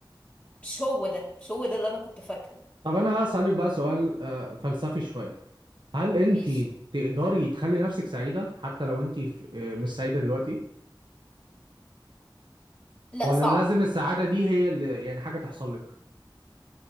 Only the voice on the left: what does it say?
مش هو ده مش هو ده اللي انا كنت فاكره
مش
لا
صعب